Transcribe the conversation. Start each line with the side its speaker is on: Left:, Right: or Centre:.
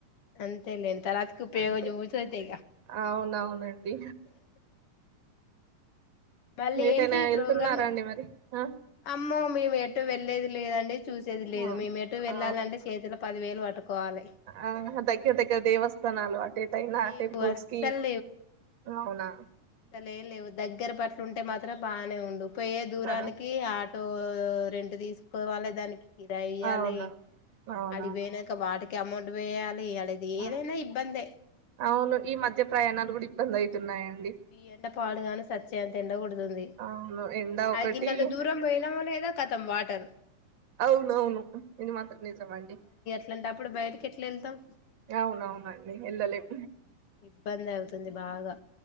Left: అంతలే ఇంత రాత్కు పెవ
Right: అంతే
Left: జోస్రతే ఇగ
Right: అవునవునండి
Left: మళ్ళీ
Right: మీటైనా
Left: ఏంటి ఈ ప్రోగ్రామ్
Right: వెళ్తున్నారా అండి మరి ఆ
Left: అమ్మో మేము ఎటు వెళ్లేేది లేదండి చూసేది లేదు
Right: ఆ
Left: మేము ఎటు వెళ్ళాలంటే చేతిలో పది వేలు పట్టుకోవాలి
Right: ఆ దగ్గర దగ్గర దేవస్థానాలు అటే తయినా
Left: లేవు
Right: టెంపుల్స్కి
Left: అస్సలు
Right: అవునా
Left: అట్ట లే లేవు దగ్గర బట్లు ఉంటే మాత్రం బానే ఉండు పోయే దూరానికి
Right: ఆ
Left: ఆ టూ రెంట్ తీసుకోవాలి దానికి కిరాఇయ్యాలె
Right: అవునా అవునవును
Left: ఆడికి పోయినాక వాటికి అమౌంట్ వేయాలి ఆడది ఏదైనా
Right: ఆ
Left: ఇబ్బందే
Right: అవును ఈ మధ్య ప్రయాణాలు కూడా ఇబ్బంది అవుతున్నాయండి
Left: ఈ ఎండ పాడుగాను చచ్చేంత ఎండ కొడుతుంది
Right: అవును ఎండ
Left: అది
Right: ఒకటి
Left: గింతంత దూరం పోయినామో లేదో కతం వాటర్
Right: అవునఅవును ఇది మాత్రం నిజమండి
Left: అట్లటప్పుడు బయటికి ఎట్లా ఎళ్తాం
Right: అవునవునండి ఎల్లలేం
Left: ఇబ్బంది అవుతుంది బాగా